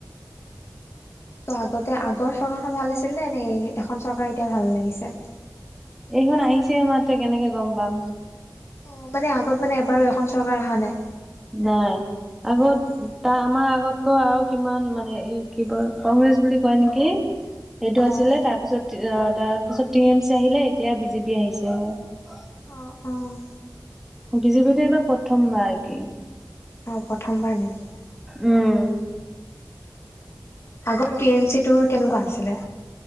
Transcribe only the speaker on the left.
ত' আগতে আগৰ চৰকাৰখন ভাল আছিল নে? নে এখন চৰকাৰ এতিয়া ভাল লাগিছে?
অ মানে আগত মানে এবাৰো এখন চৰকাৰ অহা নাই?
অ'।
অ' অ'
অ প্ৰথমবাৰ নেকি? অ'
আগৰ টি এম চি তোৰ কেনেকুৱা আছিলে?